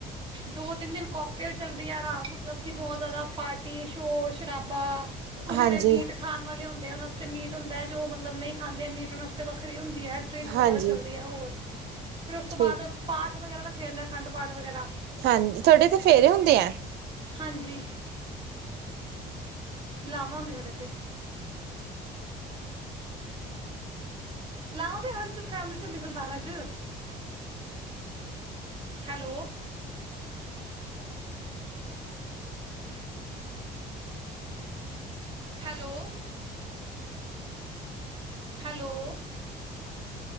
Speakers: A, on the right; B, on the right.
A: ਦੋ ਤਿੰਨ ਦਿਨ ਕੋਕਟੇਲ ਚੱਲਦੀ ਆਰਾ ਮਤਲਬ ਕਿ ਬੋਹਤ ਜ਼ਾਦਾ ਪਾਰਟੀ ਸ਼ੋਰ-ਸ਼ਰਾਬਾ ਕੁਜ
B: ਹਾਂਜੀ
A: ਰੈ ਮੀਟ ਖਾਣ ਵਾਲੇ ਹੁੰਦੇ ਆ ਓਨਾਂ ਆਸਤੇ ਮੀਟ ਹੁੰਦੈ, ਜੋ ਮਤਲਬ ਨਹੀਂ ਖਾਂਦੇ ਮੀਟ, ਓਨਾਂ ਆਸਤੇ ਵੱਖਰੀ ਹੁੰਦੀ ਐ। ਡਰਿੰਕ
B: ਹਾਂਜੀ
A: ਵਗੈਰਾ ਚੱਲਦੀ ਹੈ ਹੋਰ ਫਿਰ ਉਸ ਤੋਂ
B: ਠੀਕ
A: ਬਾਦ ਪਾਠ ਵਗੈਰਾ ਰੱਖਿਆ ਜਾਂਦੈ, ਅਖੰਡ ਪਾਠ ਵਗੈਰਾ।
B: ਹਾਂਜੀ, ਤੁਹਾਡੇ ਤੇ ਫੇਰੇ ਹੁੰਦੇ ਐਂ।
A: ਹਾਂਜੀ, ਲਾਵਾਂ ਹੁੰਦੀਆਂ ਸਾਡੇ ਇੱਥੇ। ਲਾਂਵਾ ਤੇ ਹਰ ਚ-ਫੈਮਲੀ ਚ ਹੁੰਦੀਆਂ ਸਰਦਾਰਾਂ ਚ, hello! Hello! Hello!